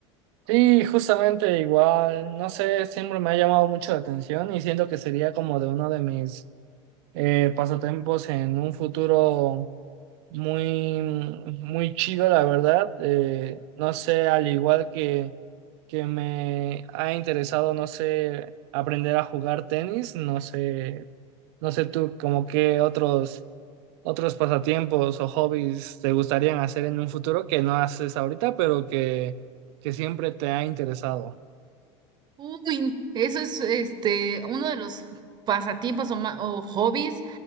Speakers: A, on the right; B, on the right.
A: Sí, justamente igual, no sé, siempre me ha llamado mucho la atención y siento que sería como de uno de mis eh, pasatiempos en un futuro muy, muy chido, la verdad. Eh, no sé, al igual que, que me ha interesado, no sé, aprender a jugar tenis, no sé, no sé tú como qué otros, otros pasatiempos o hobbies te gustarían hacer en un futuro que no haces ahorita, pero que, que siempre te ha interesado.
B: Uy, eso es este uno de los pasatiempos o, ma- o hobbies